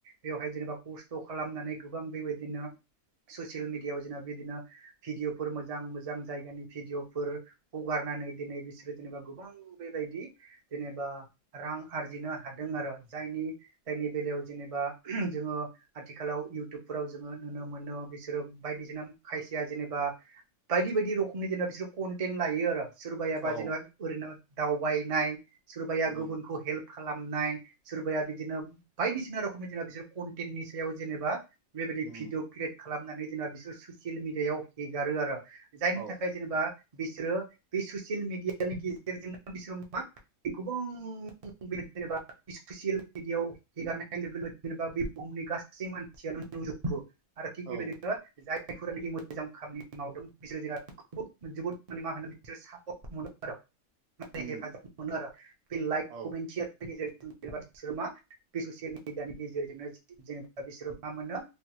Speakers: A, on the right; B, on the right.
A: बेवहाय जेनेबा खस्थ' खालामनानै गोबां बेबायदिनो ससियेल मिडियाव जेनेबा बिदिनो भिडिअफोर मोजां मोजां जायगानि भिडिअफोर हगार होननानै दिनै बिसोरो जेनेबा गोबां बेबायदि जेनेबा रां आरजिनो हादों आरो जायनि जायनि बेलायाव जेनेबा जोङो आथिखालाव इउटुबफोराव जोङो नुनो मोनो बिसोरो बायदिसिना खायसेया जेनेबा बायदि बायदि रोखोमनि जेनेबा बिसोर कन्टेन्ट लायो आरो सोरबाया बाजि
B: औ
A: लाख एरैनो दावबायनाय सोरबाया
B: उम
A: गुबुनखौ हेल्प खालामनाय सोरबाया बिदिनो बायदिसिना रोखोमनि जेनेबा बिसोर कनटेन्टनि सायाव जेनेबा बेबायदि
B: उम
A: भिदिअ क्रियेट खालामनानै बिसोर ससियेल मिडिआव हेगारो आरो जायनि
B: औ
A: थाखाय जेनेबा बिसोरो बे ससियेल मि डियानि गेजेरजों बिसोर गोबां जेनेबा ससियेल बिदियाव हेगारनाय लोगो लोगो जेनेबा बे बुहुमनि गासै मानसियानो नुजोबो आरो थिग बेबायदिनो
B: औ
A: जाय फोरनिकि मोजां खामानि मावदों बिसोरो बिराद जोबोद जोबोद मा होनो बिसोरो सापर्ट मोनो आरो माने
B: उम
A: हेफाजाब मोनो आरो बे लाइक
B: औ
A: कमेन्ट सेयार नि गेजेरजों बेबादि बिसोर मा बे ससियेल मिडियानि गेजेरजोंनो जेनेबा बिसोर मा मोनो